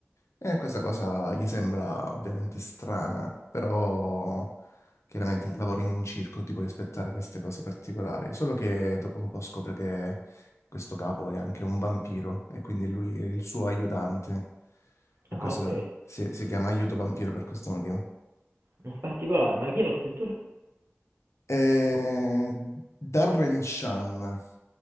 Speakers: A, on the left; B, on the right.
A: e questa cosa gli sembra ovviamente strana, però chiaramente lavori in un circo, ti puoi aspettare queste cose particolari, solo che dopo un po' scopre che questo capo è anche un vampiro e quindi lui è il suo aiutante. Per
B: Ah,
A: questo
B: ok,
A: si, si chiama Aiuto Vampiro per questo motivo.
B: non particolare, ma chi è lo scrittore?
A: Eh, Darren Shan.